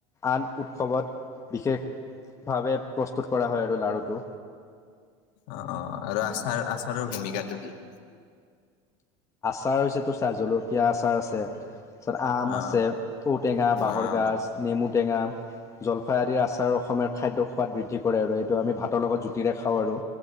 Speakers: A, on the left; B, on the left.
A: আন উৎসৱত। বিশেষভাৱে প্ৰস্তুত কৰা হয় আৰু লাড়ুটো
B: অ আৰু আচাৰ আচাৰৰ ভূমিকাটো কি?
A: আচাৰ হৈছে, টো চাৰ জলকীয়া আচাৰ আছে। তাৰ পাছত আম
B: অ',
A: আছে ঔটেঙা বাঁহৰ
B: অ',
A: গাজ নেমু টেঙা জলফাই আদিৰ আচাৰ। অসমীয়াৰ খাদ্যৰ সোৱাদ বৃদ্ধি কৰে। আৰু এইটো আমি ভাতৰ লগত জুতিৰে খাওঁ আৰু